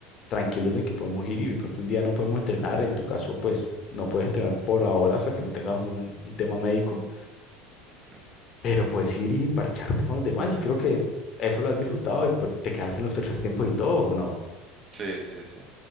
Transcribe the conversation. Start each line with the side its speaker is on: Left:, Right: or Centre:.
Left: tranquilos en que podemos ir y de pronto un día no podemos entrenar, en tu caso, pues no puedes entrenar por ahora hasta que no tengas un, un tema médico,
Right: ujú.
Left: pero puedes ir y parcharte con los demás y creo que eso lo has disfrutado y pues, te quedas en los tercer tiempos y todo, ¿o no?
Right: Sí, sí, sí.